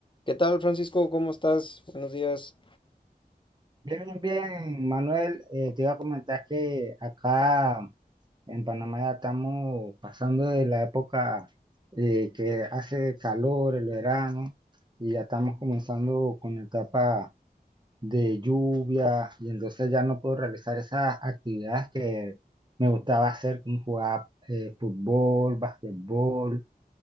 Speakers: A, on the left (about 30°); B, on the right (about 30°).
A: ¿Qué tal, Francisco? ¿Cómo estás? Buenos días.
B: Bien, bien, bien, Manuel, eh, te iba a comentar que acá en Panamá ya estamos pasando de la época eh, que hace calor, el verano, y ya estamos comenzando con la etapa de lluvia, y entonces ya no puedo realizar esas actividades que me gustaba hacer, como jugar eh, fútbol, basquetbol,